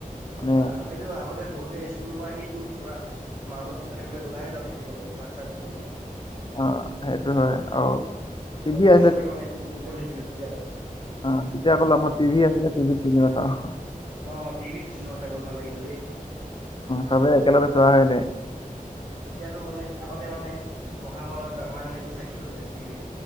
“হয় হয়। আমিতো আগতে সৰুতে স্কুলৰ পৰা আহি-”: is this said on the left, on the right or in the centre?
Right